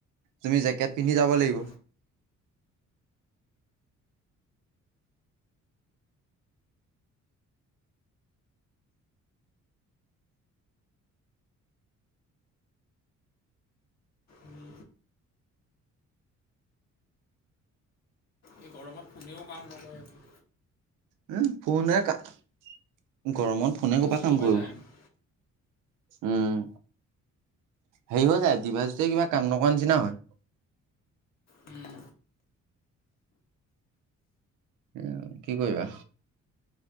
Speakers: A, on the right; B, on the left.
A: তুমি জেকেট পিন্ধি যাব লাগিব।
B: উম, উম। এই গৰমত কোনেও কাম নকৰে একো।
A: হম ফোনে ক গৰমত ফোনে
B: কোন
A: কবাক
B: শ্ল'
A: কাম
B: হৈ
A: কৰিব।
B: যায় আমাৰ
A: উম। হেৰি হৈ যায় জিভাচোতে কিবা কাম নকৰ নিচিনা হয়।
B: উম।
A: এ কি কৰিবা?